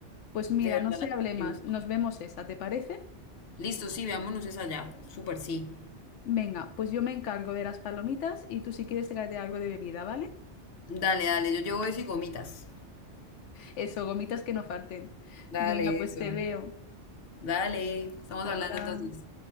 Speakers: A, on the left; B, on the left.
A: Pues mira,
B: De verdad
A: no se
B: la
A: hable más,
B: gente...
A: nos vemos esa, ¿te parece?
B: Listo, sí, veámonos esa allá. Súper, sí.
A: Venga, pues yo me encargo de las palomitas y tú si quieres tráete algo de bebida, ¿vale?
B: Dale, dale, yo llevo eso y gomitas.
A: Eso, gomitas que no falten.
B: Dale,
A: Venga, pues
B: eso.
A: te veo.
B: Dale, estamos
A: Hasta
B: hablando
A: ahora.
B: entonces.